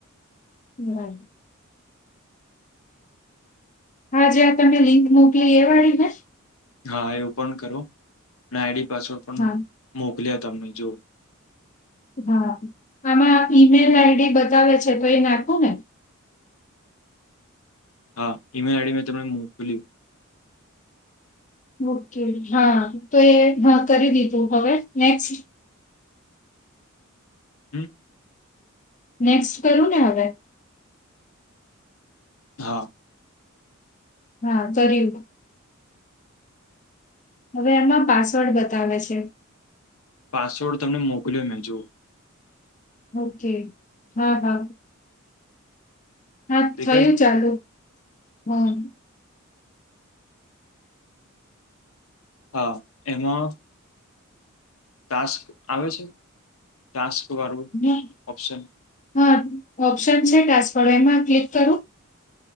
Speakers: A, on the left (about 35°); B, on the left (about 80°).
A: ના. હા જ્યા તમે લિંક મોકલી એ વાળી ને.
B: હા, એ ઓપન કરો અને આઈડી પાસવર્ડ પણ
A: હા
B: મોકલ્યા તમને જોઓ.
A: હા, આમાં ઈમેલ આઈડી બતાવે છે તો એ નાખું ને.
B: હા, ઈમેલ આઈડી મેં તમને મોકલ્યું.
A: ઓકે, હા તો એ હ કરી દીધું હવે નેક્સ.
B: હમ્મ.
A: નેક્સ્ટ કરું ને હવે.
B: હા.
A: હા કર્યું. હવે આમાં પાસવર્ડ બતાવે છે.
B: પાસવર્ડ તમને મોકલ્યો મેજો.
A: ઓકે હા હા. હા
B: દેખાય
A: થયું
B: છે
A: ચાલુ હમ.
B: હા એમાં ટાસ્ક આવે છે ટાસ્ક વાળું
A: હા
B: ઓપ્શન?
A: હા ઓપ્શન છે ટાસ્ક વાળુ એમાં ક્લિક કરું?